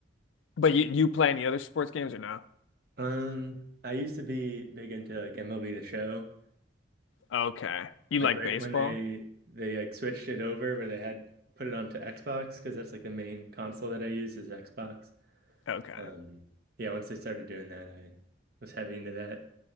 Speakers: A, on the left; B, on the right.
A: but you you play any other sports games or no?
B: Um, I used to be big into like MLB The Show.
A: Okay. You
B: Like
A: like
B: right
A: baseball?
B: when they they like switched it over where they had put it onto Xbox because that's like the main console that I use is Xbox.
A: Okay.
B: Um, yeah, once I started doing that, I was heavy into that.